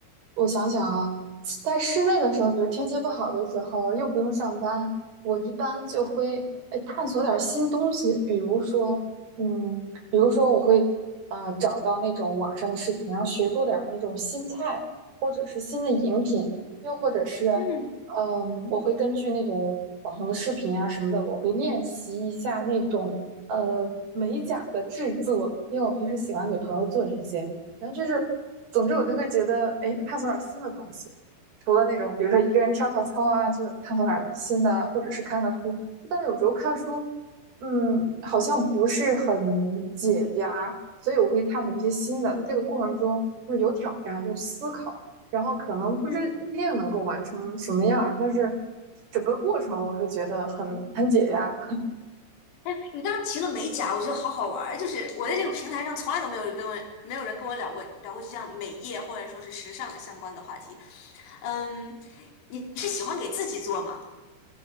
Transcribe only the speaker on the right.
我想想啊，在室内的时候，比如天气不好的时候，又不用上班，我一般就会哎探索点儿新东西，比如说，嗯，比如说我会啊找到那种网上的视频，然后学做点儿那种新菜，或者是新的饮品，又或者是，
嗯，我会根据那种网红的视频啊什么的，我会练习一下那种呃美甲的制作，因为我平时喜欢给朋友做这些。然后就是，总之我就会觉得，哎，探索点儿新的东西，除了那种比如说一个人跳跳操啊，就是探索点儿新的啊或者是看看书。但是有时候看书，嗯，好像不是很解压，所以我会探索一些新的。在这个过程中，就是有挑战，有思考，然后可能不是不一定能够完成什么样儿，
但是整个过程我会觉得很很解压，